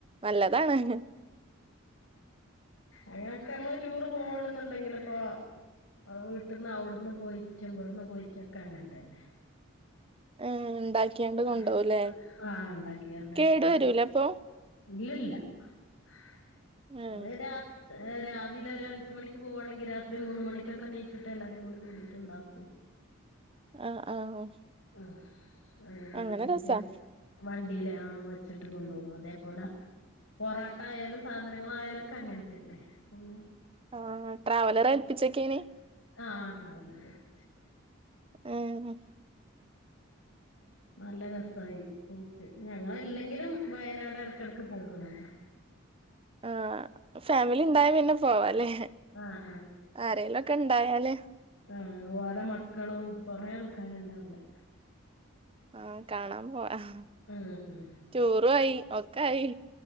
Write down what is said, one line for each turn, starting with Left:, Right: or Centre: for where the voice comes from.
Right: നല്ലതാണ്.
Left: അങ്ങനെ ഒക്കെ നമ്മള് ടൂറ് പോവാണെന്നുണ്ടെങ്കിൽ ഇപ്പോ വീട്ട്ന്ന് അവിടുന്ന് പോയിറ്റും ഇവിടുന്ന് പോയിറ്റൊക്കെ അങ്ങനത്തന്നെ.
Right: ഏഹ് ഉണ്ടാക്കിയാണ്ട്
Left: മ്ം
Right: കൊണ്ടോവുല്ലേ
Left: ആ ഉണ്ടാക്കിയണ്ടന്നെ
Right: കേടു
Left: കൊണ്ടോകും
Right: വരൂലേ അപ്പൊ
Left: ഇല്ലല്ല <unintelligible>
Right: ആഹ്
Left: രാത് ഏ രാവിലെ ഒരു അഞ്ച് മണിക്ക് പോവാണെങ്കി രാത്രി മൂന്ന് മണിക്കൊക്കെ ണീച്ചിട്ട് എല്ലാരും കൂടി കൂടിയിട്ട് ഇണ്ടാക്കും.
Right: ആഹ ആഹ്
Left: ആ ആഹ് ഉണ്ടാക്കീട്ട്
Right: അങ്ങനെ രസാ
Left: വ <unintelligible> വെച്ചും ട്ട് കൊണ്ടോകും അതേപോലെ പൊറാട്ട ആയാലും സാധനങ്ങളായാലൊക്കെ അങ്ങനെ തന്നെ <unintelligible>
Right: ആഹ് ട്രാവലർ ഏൽപ്പിച്ചേക്കേനി
Left: ആഹ് ട്രാവലർ ഏൽപിച്ച്
Right: ഉം
Left: നല്ല രസായി പോക്ക് ഞങ്ങളല്ലെങ്കിലും വയനാട് എടക്കെടക്ക് പോകണതാ.
Right: ആഹ് ഫേമിലി ഇണ്ടായാ പിന്നെ പോവാലേ
Left: ആഹ്
Right: ആരെലും ഒക്കെ ഇണ്ടായാല്
Left: ആ ഓരെ മക്കളും കൊറേ ആൾക്കാരിണ്ട് അവടെ
Right: ആ കാണാൻ പോവാ ആഹ്
Left: ഉം ഉം
Right: ടൂറു ആയി ഒക്കെ ആയി